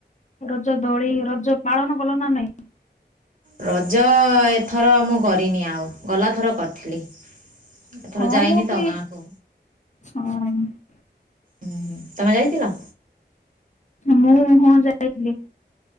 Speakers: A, on the left; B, on the right.
A: ରଜ ଦୋଳି, ରଜ ପାଳନ କଲ ନା ନାଇଁ।
B: ରଜ ଏଥର ମୁଁ କରିନି ଆଉ ଗଲାଥର କରିଥିଲି। ଏଥର
A: ହଁ
B: ଯାଇନି
A: ମୁଁ
B: ତ
A: ବି
B: ଗାଁକୁ।
A: ହଁ
B: ହୁଁ ହୁଁ ତମେ ଯାଇଥିଲ?
A: ମୁଁ ହଁ ଯାଇଥିଲି।